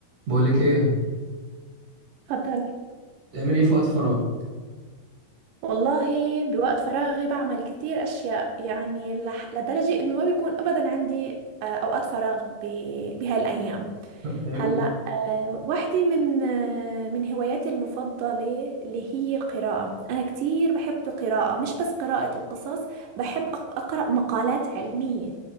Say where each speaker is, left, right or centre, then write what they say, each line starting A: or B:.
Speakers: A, on the right; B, on the right.
A: بقولك ايه
B: اتفضل
A: تعمل ايه في وقت فراغ
B: والله بوقت فراغي بعمل كتير أشياء يعني لح... لدرجة إنه ما بيكون أبدا عندي آه، أوقات فراغ ب... بهاي الأيام
A: حلو
B: هلا آه، واحدة من آه، من هواياتي المفضلة اللي هي القراءة أنا كتير بحب القراءة مش بس قراءة القصص بحب أق- أقرأ مقالات علمية